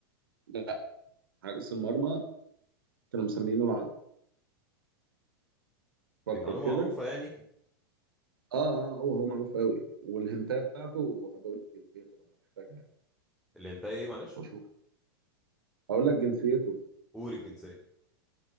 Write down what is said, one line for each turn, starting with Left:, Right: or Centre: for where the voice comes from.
Right: لا حارس المرمى كانوا مسمينه العقرب فكر
Centre: دي معلومه
Right: كده
Centre: معروفه يعني
Right: اه اه هو هو معروف قوي والهنتايه بتاعته هبقول لك جنسيته لما تحتاجها
Centre: اللي انت ايه معلش
Right: اشوف هقول لك جنسيته
Centre: قول الجنسيه